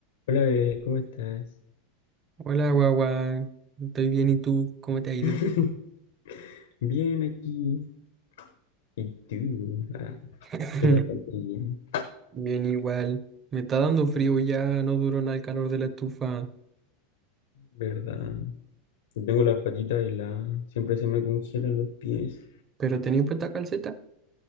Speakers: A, on the left; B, on the right.
A: Hola bebé, ¿cómo estás?
B: Hola, guagua. Estoy bien, ¿y tú? ¿Cómo te ha ido?
A: <laughs> Bien aquí. ¿Y tú? Ah,
B: <laughs>
A: estoy bastante bien,
B: Bien, igual. Me está dando frío ya, no duró nada el calor de la estufa.
A: ¿verdad? Tengo las patitas heladas, siempre se me congelan los pies.
B: ¿Pero tenía puesta calceta?